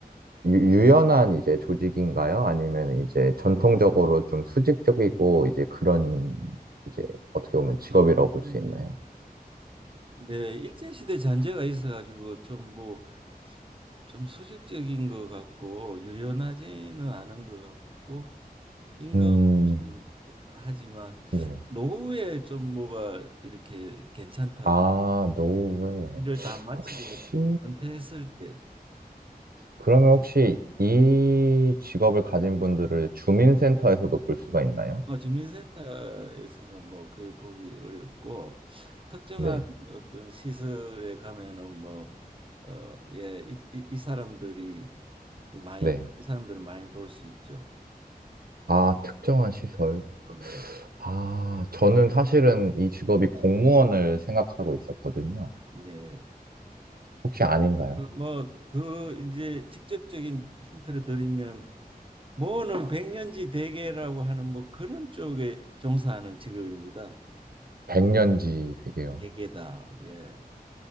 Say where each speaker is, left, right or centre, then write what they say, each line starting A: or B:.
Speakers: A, on the right (about 70°); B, on the right (about 35°).
A: 유, 유연한 이제 조직인가요? 아니면 이제 전통적으로 좀 수직적이고 이제 그런 이제 어떻게 보면 직업이라고
B: 좀
A: 볼
B: 음,
A: 수 있나요?
B: 네, 일제시대 잔재가 있어가지고 좀 뭐 좀 수직적인 것 같고 유연하지는 않은 것 같고 임금
A: 음,
B: 좀 하지만
A: 네.
B: 노후에 좀 뭐가 이렇게 괜찮다고
A: 아, 노웨이.
B: 일을 다 마치고
A: 혹시,
B: 은퇴했을 때
A: 그러면 혹시 이 직업을 가진 분들을 주민센터에서도 볼 수가 있나요?
B: 어, 주민센터에서는 뭐 거의 보기 어렵고 특정한
A: 네.
B: 어떤 시설에 가면은 뭐 어, 예, 이, 이, 이 사람들이 많이
A: 네.
B: 이 사람들을 많이 볼 수 있죠.
A: 아, 특정한 시설.
B: 네.
A: 아, 저는 사실은 이 직업이 공무원을 생각하고 있었거든요.
B: 네.
A: 혹시 아닌가요?
B: 뭐 더 이제 직접적인 힌트를 드리면 뭐는 백년지 대계라고 하는 뭐 그런 쪽에 종사하는 직업입니다.
A: 백년지 되게요.
B: 대계다. 예.